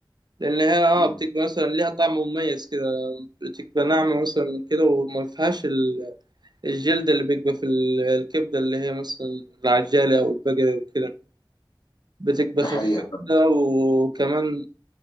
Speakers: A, on the right (about 55°); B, on the left (about 60°).
A: لأن هي أه
B: مم.
A: بتبقى مثلا ليها طعم مميز كده بتبقى ناعمة مثلا كده وما فيهاش ال... الجلد اللي بيبقى في ال- الكبدة اللي هي مثلا العجالة أو البقرة وكده بتبقى
B: ده
A: خفيفة
B: حقيقه
A: كده وكمان